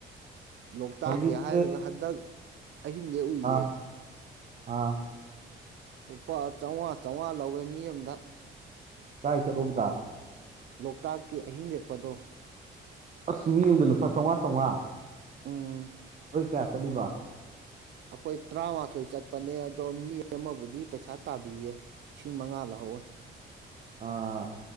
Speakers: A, on the right (about 65°); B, on the right (about 40°).
A: ꯂꯣꯛꯇꯥꯛꯀꯤ
B: ꯍꯧꯖꯤꯛꯁꯦ
A: ꯍꯥꯏꯔꯒ ꯍꯟꯗꯛ ꯑꯍꯤꯡꯗ ꯂꯦꯛꯎꯏꯌꯦ
B: ꯑꯥ ꯑꯥ
A: ꯂꯨꯄꯥ ꯆꯧꯉꯥ ꯆꯧꯉꯥ ꯂꯧꯋꯦ ꯃꯤ ꯑꯝꯗ
B: ꯀꯥꯏ ꯆꯠꯂꯨꯕꯗ
A: ꯂꯣꯛꯇꯥꯛꯀꯤ ꯑꯍꯤꯡ ꯂꯦꯛꯄꯗꯣ
B: ꯑꯁ ꯃꯤ ꯑꯝꯗ ꯂꯨꯄꯥꯥ ꯆꯧꯉꯥ ꯆꯧꯉꯥ
A: ꯎꯝ...
B: ꯅꯣꯏ ꯀꯌꯥ ꯆꯠꯂꯤꯕ
A: ꯑꯈꯣꯏ ꯇ꯭ꯔꯥꯃꯥꯊꯣꯏ ꯆꯠꯄꯅꯦ ꯑꯗꯣ ꯃꯤ ꯑꯃꯕꯨꯗꯤ ꯄꯩꯁꯥ ꯇꯥꯕꯤꯌꯦ ꯂꯤꯁꯤꯡ ꯃꯉꯥ ꯂꯧꯍꯧꯋꯦ
B: ꯑꯥ...